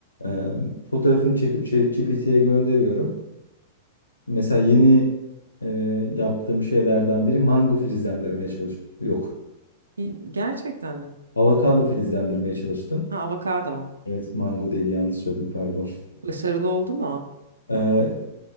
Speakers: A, on the left; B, on the right.
A: Ee, fotoğrafını çekip ChatGPT'ye gönderiyorum. Mesela yeni e, yaptığım şeylerden biri mango filizlendirmeye çalış. Yok.
B: İyi, Gerçekten mi?
A: Avokado filizlendirmeye çalıştım.
B: Ha avokado.
A: Evet mango değil yanlış söyledim pardon.
B: Başarılı oldu mu?
A: <laughs>